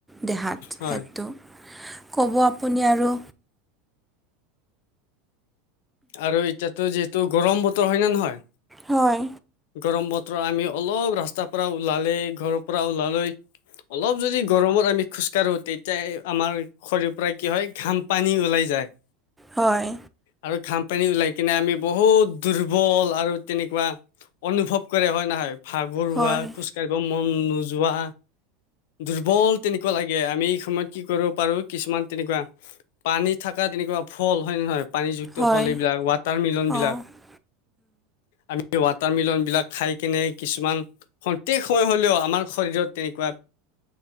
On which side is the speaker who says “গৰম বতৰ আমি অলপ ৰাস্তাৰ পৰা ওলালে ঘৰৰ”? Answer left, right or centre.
Left